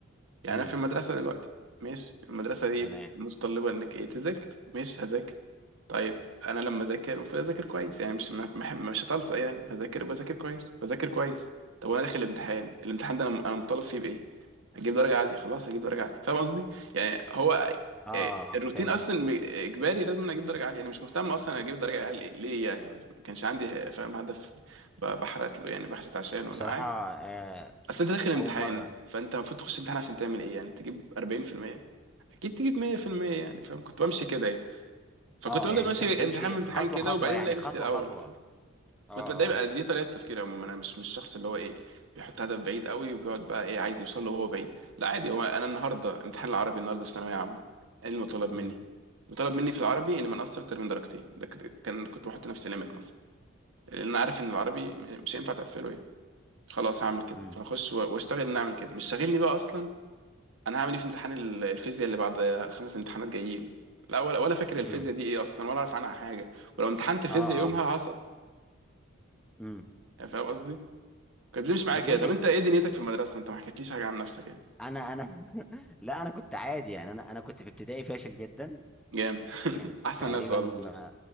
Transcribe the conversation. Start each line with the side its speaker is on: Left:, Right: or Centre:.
Right: يعني
Centre: امم
Right: انا في المدرسه دلوقتي ماشي المدرسه دي
Centre: تمام
Right: متطلبه انك ايه تذاكر ماشي هذاكر طيب انا لما اذاكر المفروض اذاكر كويس يعني مش ما- ما- مش هتلصق يعني هذاكر بذاكر كويس بذاكر كويس طب وانا داخل الامتحان الامتحان ده انا انا مطالب فيه بايه هجيب درجه عاليه خلاص هجيب درجه عاليه فاهم قصدي يعني هو
Centre: اه
Right: إيه، الروتين
Centre: فهمت
Right: اصلا م- اجباري لازم أنا اجيب درجه عاليه انا مش مهتم اصلا اجيب درجه عاليه ليه يعني ما كانش عندي فاهم هدف ب- بحرت له يعني بحرت عشانه
Centre: بصراحة
Right: لا
Centre: آه
Right: اصل انت داخل امتحان
Centre: اول مرة
Right: فانت المفروض تخش امتحان عشان تعمل ايه يعني تجيب 40% اكيد تجيب 100% يعني فاهم كنت بمشي كده يعني فكنت
Centre: اه
Right: بفضل
Centre: يعني
Right: ماشي
Centre: انت كنت تمشي
Right: امتحان بامتحان
Centre: خطوة
Right: كده
Centre: خطوة
Right: وبعدين
Centre: يعني
Right: الاقي نفسي
Centre: خطوة
Right: الاول
Centre: خطوة
Right: فاهم؟
Centre: اه
Right: كنت دايما
Centre: اه
Right: دي طريقه تفكيري عموما انا مش مش الشخص اللي هو ايه بيحط هدف بعيد قوي وبيقعد بقى ايه عايز يوصل له وهو بعيد لا عادي هو انا النهارده امتحان العربي النهارده في ثانويه عامه ايه المطالب مني
Centre: امم
Right: مطالب مني في العربي اني ما نقصر اكتر من درجتين ده كده- كان كنت بحط نفسي ليميت مثلا لان انا عارف ان العربي م- مش هينفع تقفله يعني خلاص هعمل كده
Centre: امم
Right: فاخش و- واشتغل ان اعمل كده مش شاغلني بقى اصلا انا هعمل ايه في امتحان ال- الفيزياء اللي بعد خمس امتحانات جايين لا ولا ولا فاكر الفيزياء
Centre: امم
Right: دي ايه اصلا ولا اعرف عنها حاجه ولو امتحنت فيزياء
Centre: اه
Right: يومها
Centre: اه
Right: هسقط
Centre: امم
Right: يعني فاهم قصدي كانت بتمشي معايا
Centre: طب
Right: كده
Centre: قول
Right: طب
Centre: لي
Right: انت ايه دنيتك في المدرسه انت ما حكيتليش حاجه عن نفسك يعني
Centre: انا انا <laughs> لا انا كنت عادي يعني انا انا كنت في ابتدائي فاشل جدا
Right: جامد <laughs>
Centre: يعني
Right: احسن
Centre: تقريبا
Right: ناس والله
Centre: ما...